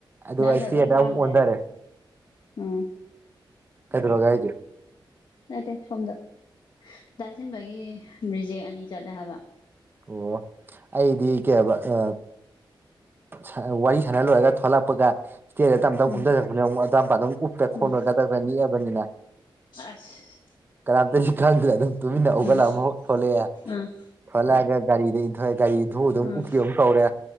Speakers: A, on the right; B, on the left.
A: ꯑꯗꯨꯒ
B: ꯅꯪꯅ
A: ꯑꯩ ꯆꯦꯗ
B: ꯂꯣꯏ ꯉꯥꯡ
A: ꯑꯃꯨꯛ ꯑꯣꯟꯊꯔꯦ
B: ꯂꯩꯔꯝꯃꯅꯤ ꯎꯝ
A: ꯀꯩꯗꯧꯔꯒꯦ ꯍꯥꯏꯖꯦ
B: ꯅꯠꯇꯦ ꯁꯣꯝꯗ ꯗꯥ ꯁꯤꯟꯕꯒꯤ ꯔꯤꯖꯦꯛ ꯑꯅꯤ ꯆꯠꯂꯦ ꯍꯥꯏꯕ
A: ꯑꯣ ꯑꯩꯗꯤ ꯀꯩ ꯍꯥꯏꯕ ꯑ ꯁꯥꯟꯅ ꯋꯥꯔꯤ ꯁꯥꯟꯅ ꯂꯣꯏꯔꯒ ꯊꯣꯛꯂꯛꯄꯒ ꯏꯁꯇꯤꯌꯔꯗ ꯇꯝ ꯇꯝ
B: ꯎꯝ
A: ꯀꯨꯝꯊꯖꯔꯛꯄꯅꯤ ꯑꯃꯨꯛ ꯑꯗꯥꯏꯄꯥꯗ ꯑꯃꯨꯛ ꯎꯞꯄꯦ
B: ꯎꯝ
A: ꯈꯣꯡꯅ ꯒꯗꯛ ꯗꯛ ꯅꯤꯛꯑꯕꯅꯤꯅ
B: ꯑꯁ
A: ꯀꯅꯥꯝꯇꯁꯨ ꯈꯪꯗ꯭ꯔꯦ ꯑꯗꯨꯝ ꯇꯨꯃꯤꯟꯅ ꯍꯧꯒꯠꯂ
B: ꯎꯝ
A: ꯑꯃꯨꯛ ꯊꯣꯛꯂꯛꯑꯦ
B: ꯎꯝ
A: ꯊꯣꯂꯛꯑꯒ ꯒꯥꯔꯤꯗ ꯏꯟꯊꯣꯛꯑꯦ ꯒꯥꯔꯤ ꯏꯟꯊꯨꯕꯗ
B: ꯎꯝ
A: ꯑꯃꯨꯛ ꯎꯞꯀꯦ ꯑꯃꯨꯛ ꯇꯧꯔꯦ